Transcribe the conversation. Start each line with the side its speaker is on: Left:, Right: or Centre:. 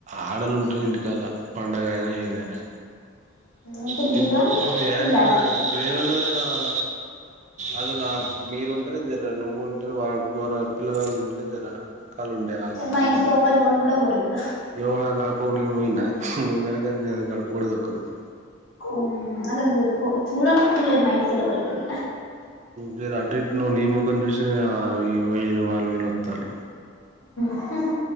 Right: ఆడలు ఉంటాయి ఇంటికాల పండగ అయినా ఏదైనా
Left: ఇంటికి
Right: <unintelligible>
Left: దీపం ఇల్లాలు
Right: అది నా మీరు ఉంటేనే జర నువ్వు ఉంటే వా వర పిల్లవాళ్ళు ఉంటేనే జర కాళ్ళు ఉండే ఆ
Left: మా
Right: ఇళ్ళంతా
Left: ఇంటికి ఎవ్వలు పోను కూడా పోరు ఇప్పుడు
Right: ఎవ గడప ఉ పోయినా వెనక అ గడప కూడా కూడా తొకుదు
Left: హ్మ్ అసలు చూడని కూడా చూల్లేరు మా ఇంటి కల్ల వాళ్లేప్పుడు
Right: జర అటు ఇటు ను్ నీ మొహం చూస ఈ వీళ్ళు వాళ్ళు వీళ్ళు వస్తారు
Left: హుమ్